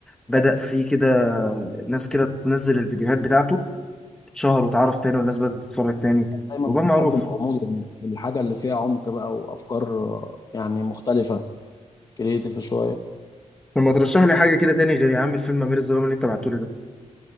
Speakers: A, in the centre; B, on the left (about 30°).
A: بدأ في كده ناس كده تنزل الفيديوهات بتاعته اتشهر واتعرف تاني والناس بدأت تتفرج تاني
B: الناس دايما
A: وبقى
B: بتحب
A: معروف
B: الغموض والحاجه اللي فيها عمق بقى وافكار آه، يعني مختلفه كريتيف شويه
A: طب ما ترشح لي حاجة كده تاني غير يا عم الفيلم أمير الظلام اللي أنت بعتهولي ده